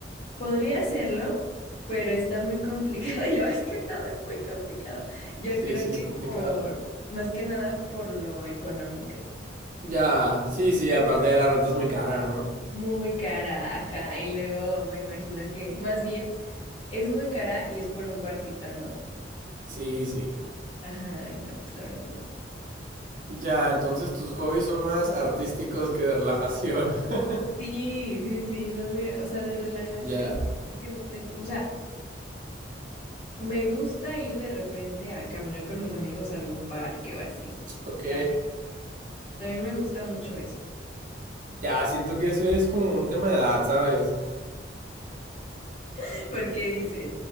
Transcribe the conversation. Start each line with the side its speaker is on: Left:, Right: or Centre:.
Left: Podría hacerlo, pero está muy complicado. <laughs> Yo, es que todo es muy complicado. Yo
Right: Sí,
Left: creo
Right: sí, es
Left: que
Right: complicado.
Left: por, más que nada por lo económico.
Right: Ya, sí, sí, aparte ya la renta es muy cara, ¿no?
Left: Muy cara, ajá. Y luego me imagino que, más bien, es muy cara y es por un cuartito, ¿no?
Right: Sí, sí.
Left: Ajá, y no, pues la verdad no.
Right: Ya, entonces tus hobbies son más artísticos que de relajación. <laughs>
Left: Sí, sí, sí, son muy, o sea, de relajación,
Right: Ya,
Left: creo que no tengo, o sea, me gusta ir de repente a caminar con mis amigos a algún parque o así.
Right: ok.
Left: También. También me gusta mucho eso.
Right: Ya, siento que eso es como un tema de edad, ¿sabes?
Left: <laughs> Porque dices,